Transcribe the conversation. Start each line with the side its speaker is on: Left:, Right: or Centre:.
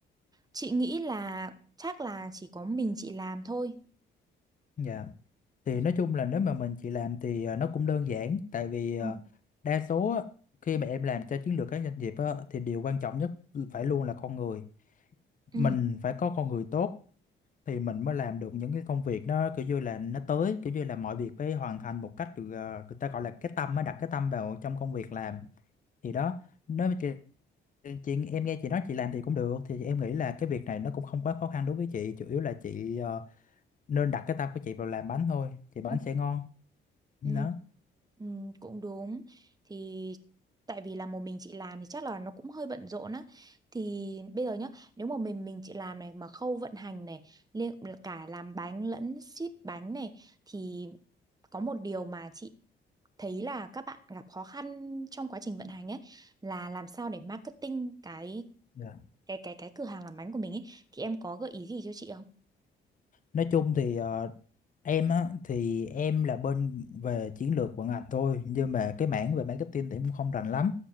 Right: Chị nghĩ là chắc là chỉ có mình chị làm thôi.
Left: dạ thì nói chung là nếu mà mình chị làm thì ờ, nó cũng đơn giản tại vì ờ,
Right: Ừ.
Left: đa số á, khi mà em làm cho chiến lược các doanh nghiệp á, thì điều quan trọng nhất phải luôn là con người
Right: Ừ.
Left: mình phải có con người tốt thì mình mới làm được những cái công việc nó kiểu như là nó tới kiểu như là mọi việc phải hoàn thành một cách được ờ, người ta gọi là cái tâm mới đặt cái tâm vào trong công việc làm thì đó nếu mà chị chị em nghe chị nói chị làm thì cũng được thì em nghĩ là cái việc này nó cũng không quá khó khăn đối với chị chủ yếu là chị ờ, nên đặt cái tâm của chị vào làm bánh thôi thì bánh
Right: Ừ.
Left: sẽ ngon đó
Right: Ừ, ừ, cũng đúng thì tại vì là một mình chị làm thì chắc là nó cũng hơi bận rộn á thì bây giờ nhá nếu mà mình mình chị làm này mà khâu vận hành này liệu cả làm bánh lẫn ship bánh này thì có một điều mà chị thấy là các bạn gặp khó khăn trong quá trình vận hành ấy là làm sao để marketing cái
Left: Dạ.
Right: cái cái cái cửa hàng làm bánh của mình ấy thì em có gợi ý gì cho chị không?
Left: nói chung thì ờ, em á thì em là bên về chiến lược vận hành thôi nhưng mà cái mảng về marketing thì em cũng không rành lắm